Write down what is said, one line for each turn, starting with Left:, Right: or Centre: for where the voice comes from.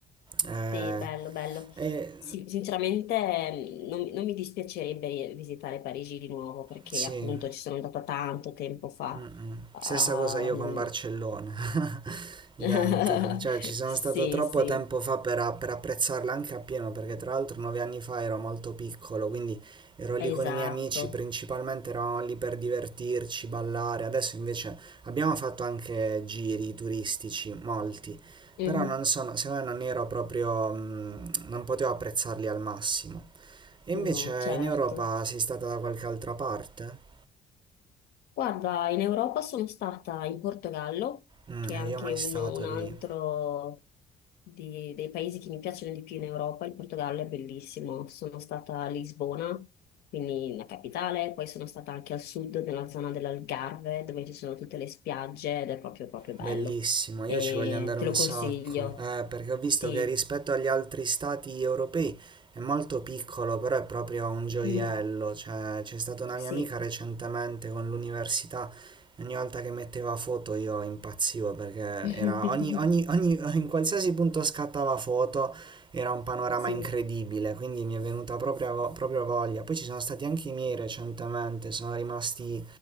Right: Eh,
Left: Sì, bello, bello.
Right: e
Left: Sì, sinceramente mh, non, non mi dispiacerebbe ri- visitare Parigi di nuovo perché
Right: sì.
Left: appunto ci sono andata tanto tempo fa.
Right: Mm-mm.
Left: Ehm,
Right: Stessa cosa io con Barcellona, <laughs> identico,
Left: <laughs>
Right: cioè ci sono
Left: Sì,
Right: stato troppo
Left: sì,
Right: tempo fa per, a- per apprezzarla anche appieno, perché tra l'altro nove anni fa ero molto piccolo, quindi ero lì
Left: esatto.
Right: con i miei amici, principalmente eravamo lì per divertirci, ballare, adesso invece abbiamo fatto anche giri turistici, molti,
Left: Mhm.
Right: però non sono, secondo me non ero proprio, mm, non potevo apprezzarli al massimo. E invece
Left: No, certo.
Right: in Europa sei stata da qualche altra parte?
Left: Guarda, in Europa sono stata in Portogallo,
Right: Mm,
Left: che è anche
Right: io mai
Left: uno-
Right: stato
Left: un
Right: lì.
Left: altro di- dei paesi che mi piacciono di più in Europa. Il Portogallo è bellissimo. Sono stata a Lisbona, quindi la capitale, poi sono stata anche al sud, nella zona dell'Algarve, dove ci sono tutte le spiagge ed è proprio, proprio bello.
Right: Bellissimo, io
Left: E
Right: ci voglio andare
Left: te
Right: un
Left: lo consiglio.
Right: sacco, eh, perché ho visto
Left: Sì,
Right: che rispetto agli altri stati europei è molto piccolo, però è proprio un gioiello,
Left: Mm,
Right: cioè c'è stata una mia
Left: sì.
Right: amica recentemente con l'università e ogni volta che metteva foto io impazzivo perché
Left: <laughs>
Right: era ogni, ogni, ogni, in qualsiasi punto scattava foto era un panorama
Left: Sì.
Right: incredibile, quindi mi è venuta proprio, vo- proprio voglia. Poi ci sono stati anche i miei recentemente, sono rimasti